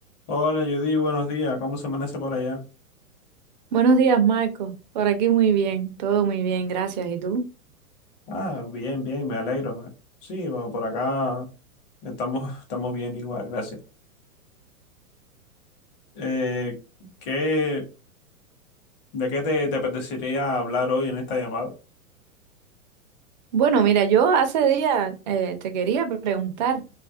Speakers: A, on the left (about 40°); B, on the right (about 35°).
A: Hola Judy, buenos días. ¿Cómo se amanece por allá?
B: Buenos días, Marco. Por aquí muy bien, todo muy bien, gracias. ¿Y tú?
A: Ah, bien, bien, me alegro. Sí, bueno, por acá estamos, <laughs> estamos bien igual, gracias. Eh, ¿qué, de qué te, te apetecería hablar hoy en esta llamada?
B: Bueno, mira, yo hace días eh, te quería preguntar,